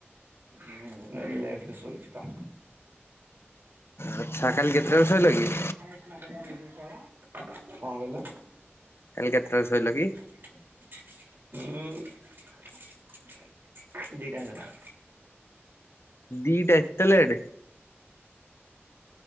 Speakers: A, on the right; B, on the left.
A: ହଁ, ଲେଟ୍ ରେ ଶୋଇଚି ତ।
B: ଆଚ୍ଛା କାଲି କେତେଟା ରେ ଶୋଇଲ କି?
A: କଣ କହିଲ?
B: କାଲି କେତେଟା ‌ରେ ଶୋଇଲ କି?
A: <inaudible> ହୁଁ ଦିଟା ହେଇଗଲା।
B: ଦିଟା ଏତେ late?